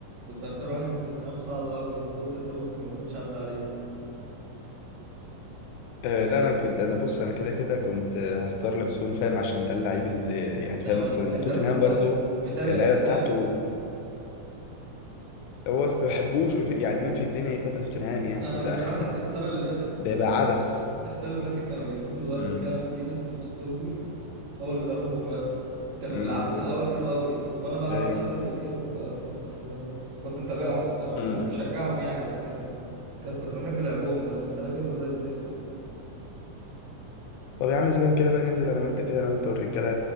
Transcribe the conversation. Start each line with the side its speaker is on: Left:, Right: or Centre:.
Right: كنت هختار واحد من توتنهام صعب أوي بس قلت أنت ممكن ما تكونش عدى عليك
Left: آه لا انا كنت انا بص انا كده كده كنت آه، هختار لك سون فاهم عشان ده اللعيب اللي يعني
Right: اه
Left: فاهم مثلا
Right: انت
Left: توتنهام
Right: انت
Left: برضو
Right: متابع
Left: اللعيبه
Right: توتنهام
Left: بتاعته هو ما بحبوش ما في- يعني مين في الدنيا يتابع توتنهام يعني
Right: انا بصراحه
Left: ده
Right: السنه اللي فاتت
Left: ده
Right: آه،
Left: يبقى عبث
Right: السنه اللي فاتت كانوا جايبين مدرب
Left: امم
Right: كده جديد اسمه بوستوجلو هو اللي بيدربهم دلوقتي كانوا
Left: امم
Right: بيلعبوا في الاول حلو قوي وانا بلعب
Left: ايوه
Right: فانتسي وكده فكنت كنت متابعهم بصراحه ما
Left: امم
Right: كنتش بشجعهم يعني بس كان كان كنت بحب لعبهم بس السنه دي هم زي الزفت
Left: طب يا عم اذا كان كده بقى ننزل انا وانت كده انا وانت والرجاله